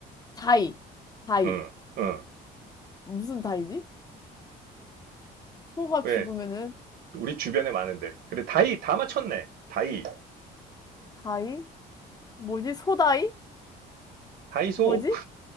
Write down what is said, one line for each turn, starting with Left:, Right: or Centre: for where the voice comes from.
Left: 다이. 다이.
Right: 응, 응.
Left: 무슨 다이지? 소가
Right: 왜?
Left: 죽으면은
Right: 우리 주변에 많은데. 그래, 다이, 다 맞췄네. 다이,
Left: 다이? 뭐지? 소다이?
Right: 다이소.
Left: 뭐지?